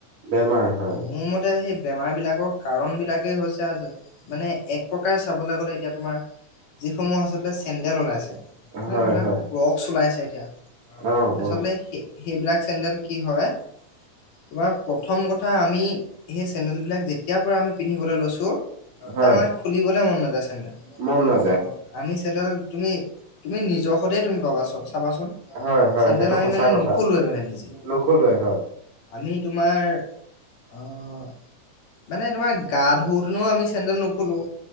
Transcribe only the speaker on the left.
মোৰ মতে সেই বেমাৰ বিলাকক কাৰণ বিলাকেই হৈছে মানে এক প্ৰকাৰে চাবলৈ গ'লে এতিয়া তোমাৰ যিসমূহ আচলতে চেণ্ডেল ওলাইছে, মানে
ধৰি লওঁক
ক্ৰছক ওলাইছে এতিয়া
আচলতে
সে সেইবিলাক চেন্দেল কি হয় তোমাৰ প্ৰথম কথা আমি সেই চেন্দেল বিলাক যেতিয়াৰ পৰা আমি পিন্ধিবলৈ লৈছোঁ,
তাৰ মানে খুলিবলৈ মন নাযায় চেন্দেল।
অ আমি চেন্দেল তুমি তুমি নিজৰ সতে তুমি পাবা চাবাচোন।
চেন্দেল
আমি
মানে
নুখোলোৱে মানে নিজে,
আমি তোমাৰ অঁ মানে তোমাৰ গা ধুতেনু আমি চেন্দেল নুখোলো,